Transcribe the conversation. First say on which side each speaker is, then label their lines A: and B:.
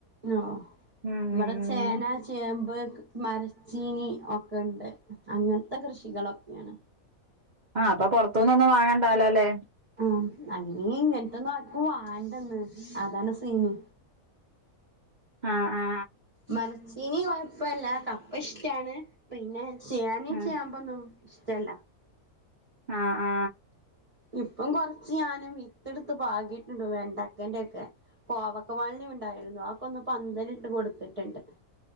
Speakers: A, on the right; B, on the right.
A: ആഹ്
B: ഉം
A: ഇവിടെ ചേന ചേമ്പ് മരച്ചീനി ഒക്കെ ഇണ്ട് അങ്ങൻത്തെ കൃഷികളൊക്ക്യാണ്
B: ആ അപ്പൊ പൊറത്തൂന്നൊന്നും വാങ്ങണ്ടാല്ലോലെ
A: ആ അയ്നീ ഇങ്ങൻത്തൊന്നാർക്കും വാണ്ടന്ന് അതാണ് സീന്
B: ആ ആ
A: മര ചീനി കൊഴപ്പല്ല കപ്പ ഇഷ്ഠാണ് പിന്നെ ചേനിം
B: ആഹ്
A: ചേമ്പൊന്നും ഇഷ്ട ഇല്ല
B: ആ ആ
A: ഇപ്പം കൊർച്ച് ഞാനും വിത്തിട്ത്ത് പാകിട്ട് ഇണ്ട് വെണ്ടക്കന്റെക്കെ കോവക്കവള്ളി ഉണ്ടായിരുന്നു അതൊക്കൊന്ന് പന്തലിട്ട് കൊട്ത്ത്ട്ട് ഇണ്ട്